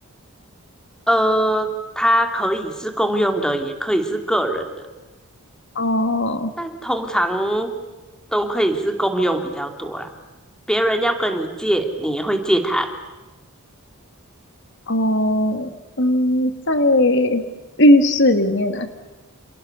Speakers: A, in the centre; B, on the left.
A: 呃，它可以是公用的，也可以是个人的，
B: 哦
A: 但通常都可以是公用比较多啦。别人要跟你借，你也会借他的。
B: 哦，嗯，在浴室里面呢、